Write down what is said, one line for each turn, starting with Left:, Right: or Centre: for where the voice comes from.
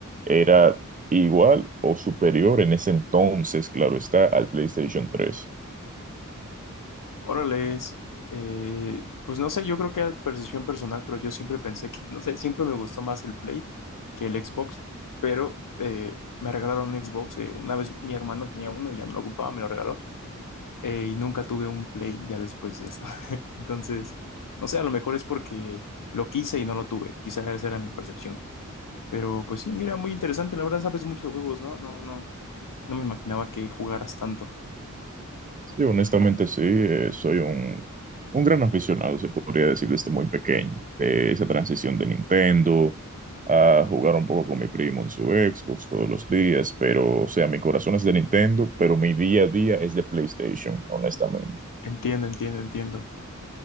Right: era igual o superior en ese entonces, claro está, al PlayStation 3.
Left: Órale, es, eh, pues no sé, yo creo que era percepción personal, pero yo siempre pensé que, <laughs> no sé, siempre me gustó más el Play que el Xbox, pero eh, me regalaron un Xbox, eh, una vez mi hermano tenía uno y ya no lo ocupaba, me lo regaló, eh, y nunca tuve un Play ya después de eso. <laughs> Entonces, no sé, a lo mejor es porque lo quise y no lo tuve, quizás esa era mi percepción, pero pues sí, mira, muy interesante, la verdad sabes mucho de juegos, ¿no? No, no, no me imaginaba que jugaras tanto.
Right: Sí, honestamente sí, eh, soy un, un gran aficionado, se podría decir desde muy pequeño. Eh, esa transición de Nintendo a jugar un poco con mi primo en su Xbox todos los días, pero o sea, mi corazón es de Nintendo, pero mi día a día es de PlayStation, honestamente.
Left: Entiendo, entiendo, entiendo.